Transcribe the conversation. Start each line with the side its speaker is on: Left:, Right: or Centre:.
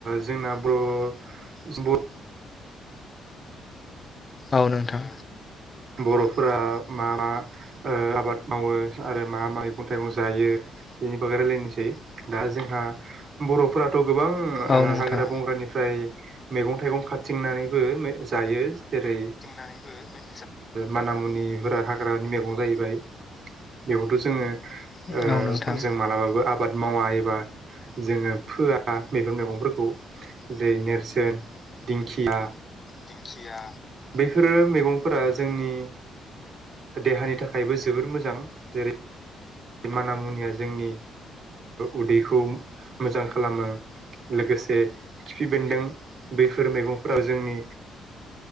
Right: जोंना बर' ब-
Left: औ नोंथां
Right: र'फोरा मा मा आबाद मावो आरो मा मा मैगं थाइगं जायो बेनि बगै रायलायनोसै दा जोंहा बर'फोराथ' गोबां
Left: औ नोंथां
Right: हाग्रा बंग्रानिफ्राय मैगं थाइगं खा- थिंनानैबो जायो जेरै
Left: <unintelligible>
Right: माना मुनिफोरा हाग्रानि मैगं जाहैबाय बेखौथ' जोङो
Left: औ नोंथां
Right: जों मालाबाबो आबाद मावा एबा जोङो फोआ बेफोर मैगंफोरखौ जेरै नेरसोन दिंखिया
Left: दिंखिया
Right: बेैफोरो मैगंफोरा जोंनि देहानि थाखायबो जोबोर मोजां जेरै बे माना मुनिया जोंनि उदैखौ मोजां खालामो लोगोसे खिफि बेन्दों बैफोर मैगंफोराव जोंनि